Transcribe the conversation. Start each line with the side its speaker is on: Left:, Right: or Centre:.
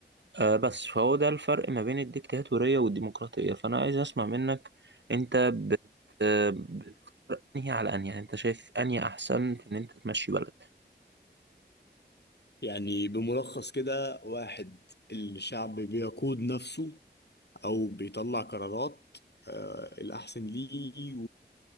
Right: آه بس فهو ده الفرق ما بين الديكتاتورية والديمقراطية فأنا عايز أسمع منك أنت بت آه، انهي على انهي يعني انت شايف انهي احسن في ان انت تمشي بلد
Left: يعني بملخص كده واحد الشعب بيقود نفسه أو بيطلع قرارات آه، الأحسن ليه